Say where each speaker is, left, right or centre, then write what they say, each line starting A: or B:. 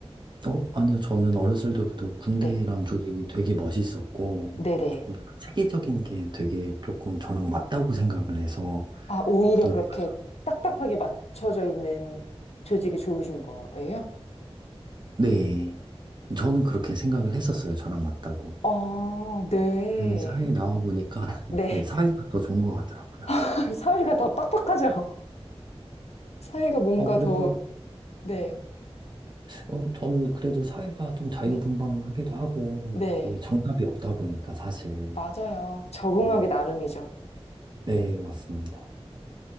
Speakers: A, on the right; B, on the left.
A: 어, 아니요. 저는 어렸을 때부터 군대란
B: 네.
A: 조직이 되게 멋있었고,
B: 네네.
A: 조금 약간 체계적인 게 되게 조금 저랑 맞다고 생각을 해서,
B: 아, 오히려
A: 군대가
B: 그렇게
A: 저,
B: 딱딱하게 맞춰져 있는 조직이 좋으신 거예요?
A: 네. 저는 그렇게 생각을 했었어요. 저랑 맞다고.
B: 아, 네.
A: 네, 사회에 나와 보니까, <laughs>
B: 네.
A: 네, 사회가 더 좋은 것 같더라고요.
B: <laughs> 사회가 더 빡빡하죠? 사회가 뭔가
A: 어, 그래서,
B: 더, 네.
A: 어, 저는 그래도 사회가 좀 자유분방하기도
B: 네.
A: 하고,
B: 네.
A: 이게 정답이 없다 보니까 사실.
B: 맞아요. 적응하기
A: 네.
B: 나름이죠.
A: 네, 맞습니다.